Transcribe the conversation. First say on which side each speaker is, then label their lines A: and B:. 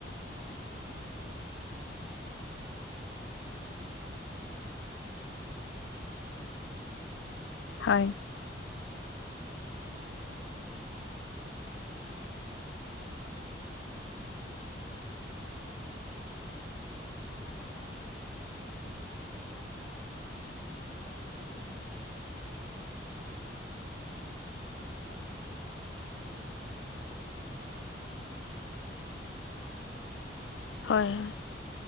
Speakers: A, on the right; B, on the left.
A: ᱯᱟᱭᱥᱟ ᱡᱩᱫᱤ ᱟᱵᱮᱱ ᱢᱤᱫ ᱥᱟᱵ ᱠᱟᱜ ᱵᱤᱱ ᱢᱤᱫ ᱵᱤᱜᱷᱟᱹ ᱠᱷᱮᱛ ᱦᱮᱱᱟᱜ ᱛᱟᱵᱤᱱᱟ ᱦᱳᱭ ᱥᱮ᱾ ᱵᱟᱲᱜᱮ ᱟᱠᱟᱱ ᱛᱟᱵᱤᱱᱟ ᱚᱱᱟᱨᱮ ᱦᱳᱲᱳ
B: ᱦᱳᱭ
A: ᱦᱚᱸ ᱵᱟᱝ ᱦᱩᱭᱩᱜᱚᱜ-ᱟ ᱛᱩᱲᱤ ᱵᱮᱱ ᱮᱨᱟ ᱚᱱᱟ ᱦᱚᱸ ᱵᱟᱝ ᱦᱩᱭᱩᱜ-ᱟ ᱛᱚᱵᱮ ᱥᱟᱠ-ᱥᱚᱵᱽᱡᱤ ᱡᱟᱦᱟᱱᱟᱜ ᱵᱤᱱ ᱨᱚᱦᱚᱭ ᱞᱮᱼᱼ ᱠᱷᱟᱱ ᱫᱚ ᱦᱩᱭᱩᱜᱚᱜ ᱠᱟᱱ ᱜᱮᱭᱟ ᱦᱳᱭ ᱥᱮ ᱟᱫᱚ ᱛᱟᱦᱚᱞᱮ ᱢᱤᱫ ᱵᱤᱜᱷᱟᱹ ᱨᱮ ᱡᱩᱫᱤ ᱟᱵᱤᱱ ᱵᱤᱱ ᱨᱚᱦᱚᱭ ᱞᱮᱠᱷᱟᱡ᱾ ᱡᱟᱦᱟᱱᱟᱜ ᱜᱮ ᱦᱳᱭ ᱥᱟᱵ ᱠᱟᱜ ᱵᱤᱱ ᱡᱷᱤᱸᱜᱟᱹ ᱜᱮᱵᱤᱱ ᱨᱚᱦᱚᱭ ᱠᱮᱫᱟ ᱥᱮ ᱵᱮᱸᱜᱟᱲ ᱜᱮᱵᱤᱱ ᱨᱚᱦᱚᱭ ᱠᱮᱫᱟ ᱢᱤᱫ ᱵᱤᱜᱷᱟᱹ ᱨᱮᱭᱟᱜ ᱫᱚ᱾ ᱮᱸ ᱯᱷᱚᱞ ᱫᱚ ᱟᱯᱮ ᱟᱵᱮᱱ ᱫᱚ ᱚᱲᱟᱜ ᱨᱮᱫᱚ ᱵᱟᱵᱤᱱ ᱡᱚᱢᱪᱚᱯᱮ᱾ ᱪᱟᱵᱟ ᱫᱟᱲᱮᱭᱟᱜᱼᱟ ᱛᱚ ᱟᱞᱮ ᱥᱮᱫ
B: ᱦᱳᱭ ᱦᱳᱭ